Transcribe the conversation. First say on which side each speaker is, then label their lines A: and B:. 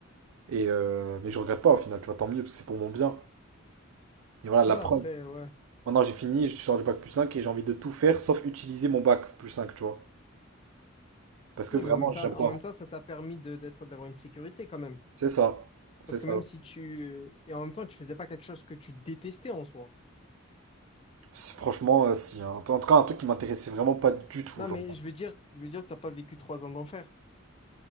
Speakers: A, on the right; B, on the left.
A: Et euh, mais je regrette pas au final, tu vois, tant mieux, parce que c'est pour mon bien. Et voilà, la
B: Non,
A: preuve.
B: après, ouais.
A: Maintenant, j'ai fini, je sors du bac plus 5 et j'ai envie de tout faire sauf utiliser mon bac plus 5, tu vois. Parce que
B: Oui,
A: vraiment,
B: mais en même temps,
A: j'aime pas.
B: en même temps, ça t'a permis de, d'être, d'avoir une sécurité quand même.
A: C'est ça. C'est
B: Parce
A: ça.
B: que même si tu, euh, et en même temps, tu faisais pas quelque chose que tu détestais en soi.
A: Si- Franchement, euh, si. hein. En tout en tout cas, un truc qui m'intéressait vraiment pas du tout,
B: Non,
A: genre.
B: mais je veux dire, je veux dire, t'as pas vécu trois ans d'enfer.